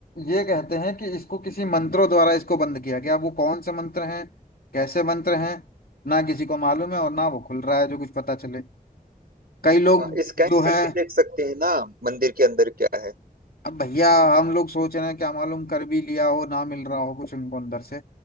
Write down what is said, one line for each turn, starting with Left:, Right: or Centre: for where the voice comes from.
Left: ये कहते हैं कि इसको किसी मंत्रों द्वारा इसको बंद किया गया अब वो कौन से मंत्र हैं कैसे मंत्र हैं ना किसी को मालूम है और ना वो खुल रहा है जो कुछ पता चले कई लोग
Right: हाँ, स्कैन
Left: जो
Right: करके
Left: हैं
Right: देख सकते हैं ना मंदिर के अंदर क्या है
Left: अब भैया हम लोग सोच रहे हैं क्या मालूम कर भी लिया हो ना मिल रहा हो कुछ उनको अंदर से